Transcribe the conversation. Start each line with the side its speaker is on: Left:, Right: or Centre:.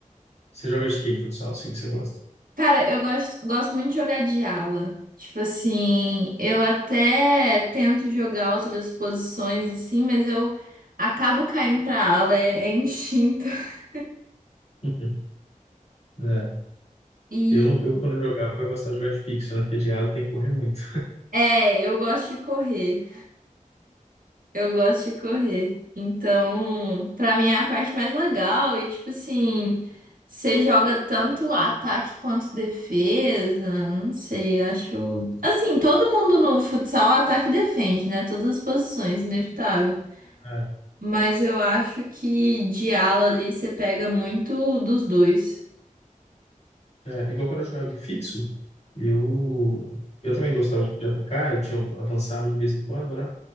Left: Você joga de quem, futsal, assim, que você gosta?
Right: Cara, eu gosto, gosto muito de jogar de ala. Tipo assim, eu até tento jogar outras posições assim, mas eu acabo caindo pra ala, é, é instinto. <laughs>
Left: <laughs> É.
Right: E
Left: Eu, não- eu, quando eu jogava, eu gostava de jogar de fixo, né? Porque de ala tem que correr muito.
Right: é, eu gosto de correr. Eu gosto de correr. Então, pra mim é a parte mais legal. E tipo assim, você joga tanto ataque quanto defesa. Não sei, acho. Assim, todo mundo no futsal ataca e defende, né? Todas as posições, inevitável.
Left: É,
Right: Mas eu acho que de ala ali você pega muito dos dois.
Left: é, igual quando eu jogava de fixo, eu, eu também gostava de atacar, eu tinha, avançava de vez em quando, né?